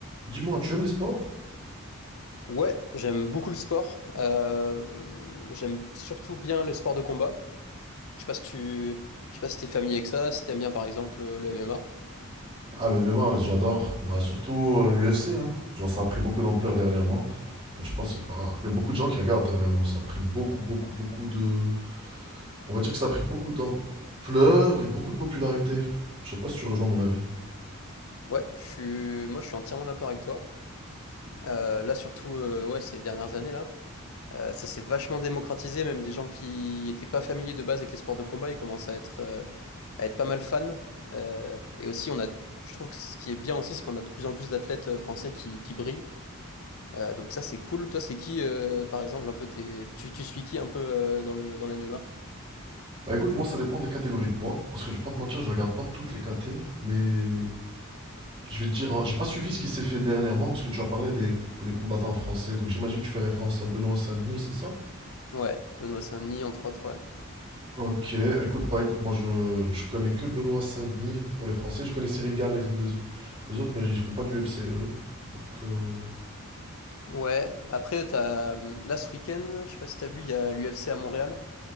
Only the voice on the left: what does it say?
Ouais, j'aime beaucoup le sport. Euh, j'aime surtout bien les sports de combat. Je sais pas si tu, je sais pas si t'es familier avec ça, si t'aimes bien par exemple le MMA.
Ouais, je suis, moi je suis entièrement d'accord avec toi. Euh, là surtout, euh, ouais, ces dernières années là. Euh, ça s'est vachement démocratisé, même des gens qui n'étaient pas familiers de base avec les sports de combat, ils commencent à être, euh, à être pas mal fans. Euh, et aussi, on a, je trouve que ce qui est bien aussi, c'est qu'on a de plus en plus d'athlètes euh, français qui, qui brillent. Euh, donc ça, c'est cool. Toi, c'est qui, euh, par exemple, un peu tes... tu, tu suis qui un peu euh, dans le, dans les MMA?
Ouais, Benoît Saint-Denis, entre autres, ouais.
Ouais, après, t'as, hum, là, ce week-end, je sais pas si t'as vu, il y a l'UFC à Montréal,